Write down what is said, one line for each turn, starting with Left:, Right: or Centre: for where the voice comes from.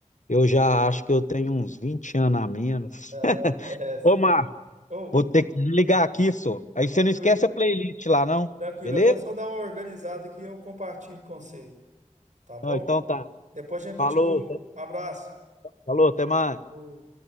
Left: eu já acho que eu tenho uns 20 anos a menos.
Right: ah,
Left: <laughs>
Right: <laughs> é, sim.
Left: Ô, Marco,
Right: Ô,
Left: vou ter que ligar aqui, só. Aí
Right: tranquilo,
Left: você não esquece a playlist lá, não?
Right: tranquilo.
Left: Beleza?
Right: Eu vou só dar uma organizada que eu compartilho com você, tá bom?
Left: Não, então tá.
Right: Depois a gente
Left: Falou,
Right: continua.
Left: tá-
Right: Abraço.
Left: falou, até mais.
Right: Ô.